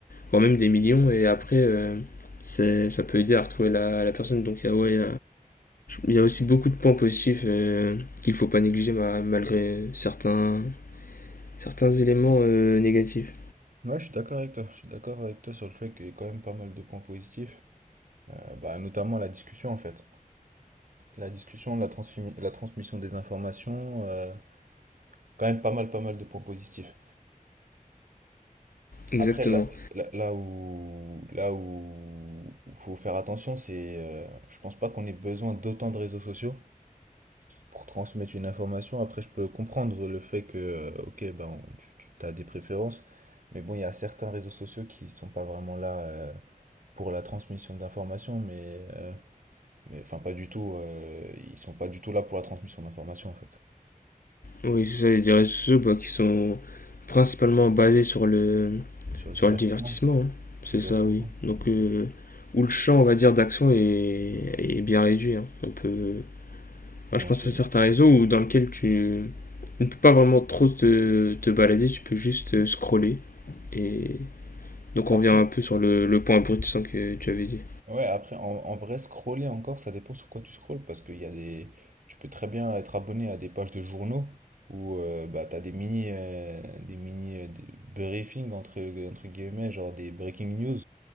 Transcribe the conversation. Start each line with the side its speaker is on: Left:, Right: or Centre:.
Left: voire même des millions, et après, euh, c'est- ça peut aider à retrouver la, la personne. Donc, il y a- ouais, y y a aussi beaucoup de points positifs euh, qu'il ne faut pas négliger malgré certains, certains éléments euh, négatifs.
Right: Ouais, je suis d'accord avec toi. Je suis d'accord avec toi sur le fait qu'il y a quand même pas mal de points positifs, Euh, bah, notamment la discussion en fait. La discussion, la transmi- la transmission des informations, euh, quand même pas mal, pas mal de points positifs.
Left: Exactement.
Right: Après, là, là, là où, là où où faut faire attention, c'est, euh, je pense pas qu'on ait besoin d'autant de réseaux sociaux. pour transmettre une information. Après, je peux comprendre le fait que, euh, ok, ben, tu, tu as des préférences, mais bon, il y a certains réseaux sociaux qui sont pas vraiment là euh, pour la transmission d'informations, mais, euh, mais enfin, pas du tout. euh, ils sont pas du tout là pour la transmission d'informations, en fait.
Left: Oui, c'est ça, les réseaux sociaux bah, qui sont principalement basés sur le,
Right: Sur le
Left: sur
Right: divertissement.
Left: le divertissement. hein. C'est
Right: Exactement.
Left: ça, oui. Donc, euh, où le champ, on va dire, d'action est, est bien réduit. hein. On peut, enfin,
Right: Donc,
Left: je pense
Right: euh,
Left: à certains réseaux où, dans lesquels tu ne peux pas vraiment trop te, te balader, tu peux juste euh, scroller. Et donc,
Right: après,
Left: on revient un peu sur le, le point brut sans que tu avais dit.
Right: Ouais, après, en, en vrai, scroller encore, ça dépend sur quoi tu scrolles, parce qu'il y a des... Tu peux très bien être abonné à des pages de journaux où euh, bah, tu as des mini, euh, des mini euh, des briefings, entre, entre guillemets, genre des breaking news,